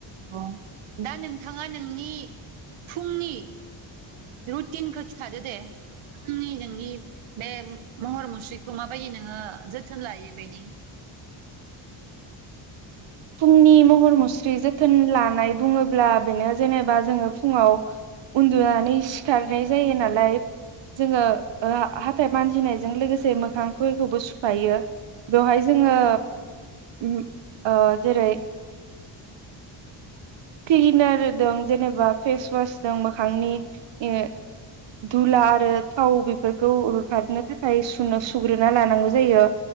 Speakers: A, on the right; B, on the right.
A: अ दा नोंथाङा नोंनि फुंनि, रुटिनखौ खिथादो दे फुंनि नोंनि बे महर मुस्रिखौ माबायदि नोङो जोथोन लायो बेनि।
B: फुंनि महर मुस्रि जोथोन लानाय बुङोब्ला बेनो जेनेबा जोङो फुङाव उन्दुनानै सिखारनाय जायो नालाय जोङो ओं हाथाय मानजिनायजों लोगोसे मोखांखौबो सुफायो बेवहाय जोङो ओम ओं जेरै क्लिनार दं जेनेबा फेसवास दं मोखांनि ए धुला आरो थाव बेफोरखौ होखारनो थाखाय सुनो-सुग्रोना लानांगौ जायो